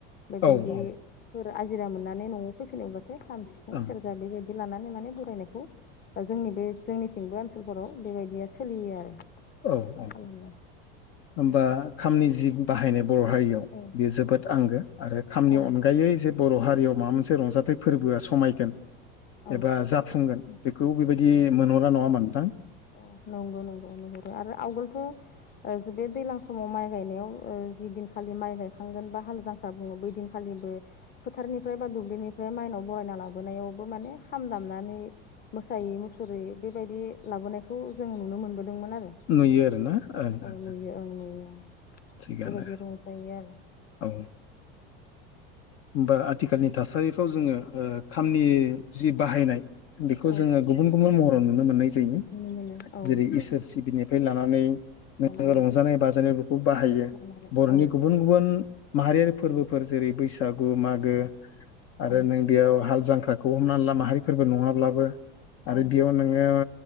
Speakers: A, on the left; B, on the left.
A: बेबायदिफोर
B: औ
A: आजिरा मोननानै नआव फैफिनोब्लाथाय खाम सिफुं।
B: ओं
A: सेरजा बेबायदि लानानै माने बरायनायखौ। जोंनि बे जोंनिथिंबो ओनसोलफोराव बेबायदिया सोलियो आरो।
B: औ औ
A: खालामो
B: होमबा खामनि जि बाहायनाय। बर हारियाव
A: औ
B: बेयो जोबोद आंगो आरो खामनि
A: औ
B: अनगायै जे। बर हारियाव माबा मोनसे रंजाथाइ फोरबोआ समायगोन।
A: औ
B: एबा जाफुंगोन बेखौ बेबायदि मोनहरा नङा होनबा नोंथां।
A: अ नंगौ नंगौ नुहुरो आरो आवगोलथ। बे दैज्लां समाव माइ गायनायाव जि दिनखालि माइ गायखांगोन बा हाल जां। बुङो बै दिनखालिबो फोथारनिफ्राय बा दुब्लिनिफ्राय माइनाव बरायना लाबोनायावबो माने खाम। नानै मोसायै मुसुरै बेबायदि लाबोनायखौ जों नुनो मोनबोदों। मोन आरो
B: नुयो आरोना ओं
A: औ
B: ओं
A: नुयो ओं नुयो।
B: थिगानो
A: बेबायदि रंजायो आरो।
B: औ आथिखालनि थासारिफ्राव जोंङो खामनि। जि बाहायनाय बेखौ
A: आरो
B: जोंङो
A: औ
B: गुबुन गुबुन महराव नुनो मोननाय जायो। जायो
A: नुनो मोनो औ
B: जेरै इसोर सिबिनिफ्राय लानानै।
A: लानानै
B: नोंङो रंजानाय बाजानाय बेखौ बाहायो
A: लानानै
B: बरनि
A: औ
B: गुबुन गुबुन। माहारियारि फोरबोफोर जेरै बैसागु मागो आरो
A: औ
B: नों बेयाव हालजांख्रा। खौ हमनानै ला माहारिफोरबो नङाब्लाबो
A: औ
B: आरो बेयाव नोंङो।